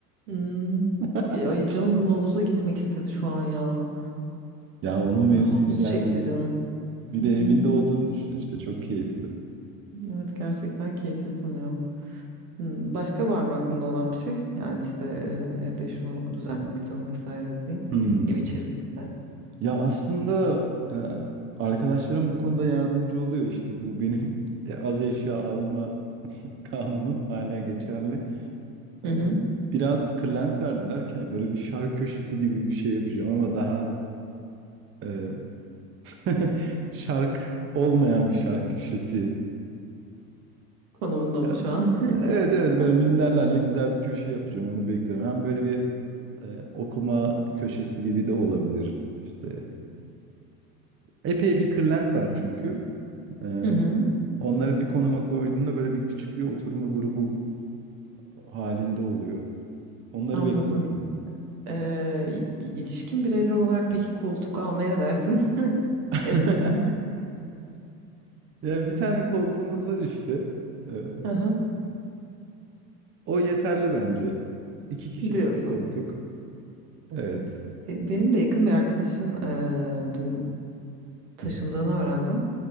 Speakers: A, on the right (about 65°); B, on the right (about 25°).
A: Hmm,
B: <laughs>
A: çok iyi. Ay canım havuza gitmek istedi şu an ya.
B: Ya onun mevsimi
A: Havuz
B: geldi.
A: çekti canım.
B: Bir
A: Hmm,
B: de evinde olduğunu düşün işte çok keyifli.
A: evet gerçekten keyifli tanıyor. Hmm, başka var mı aklında olan bir şey? Yani işte e, evde şunu düzenlemek istiyorum vesaire dediğin.
B: Hmm.
A: Ev içerisinde.
B: Ya aslında e, arkadaşlarım bu konuda yardımcı oluyor işte bu benim <laughs> e, az eşya alma kanunum hala geçerli.
A: Hı
B: E,
A: hı.
B: biraz kırlent verdiler ki böyle bir şark köşesi gibi bir şey yapacağım ama daha e, <laughs> Şark olmayan bir şark köşesi.
A: Konumunda
B: Yani,
A: mı şu an?
B: evet evet
A: <laughs>
B: böyle minderlerle güzel bir köşe yapacağım onu bekliyorum. Hem böyle bir e, okuma köşesi gibi de olabilir. İşte epey bir kırlent var çünkü. E,
A: Hı hı,
B: onları bir konuma koyduğunda böyle bir küçük bir oturma grubu halinde oluyor. Onları
A: anladım.
B: bekliyorum.
A: Ee, yetişkin bireyler olarak peki koltuk almaya ne dersin <laughs>
B: <laughs>
A: evinize?
B: Ya bir tane koltuğumuz var işte. E,
A: Aha,
B: o yeterli bence. İki kişilik
A: diyorsun.
B: bir koltuk. Evet.
A: E, Benim de yakın bir arkadaşım e, dün taşındığını öğrendim.